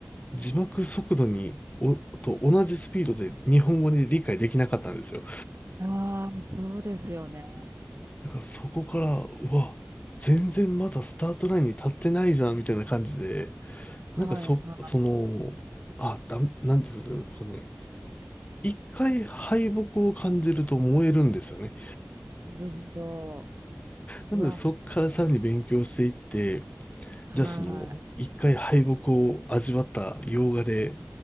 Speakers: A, on the left (about 35°); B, on the right (about 75°).
A: 字幕速度に、お、と同じスピードで日本語に理解できなかったんですよ。
B: ああ、そうですよね。
A: だからそこから、うわ、全然まだスタートラインに立ってないじゃん、みたいな感じで、
B: はいは
A: なんかそ、その、あ、だ、なんていうんですかね。一回敗北を感じると燃えるんですよね。
B: い。なるほど。
A: なのでそこからさらに勉強していって、
B: うわ、はい。
A: じゃあその、一回敗北を味わった洋画で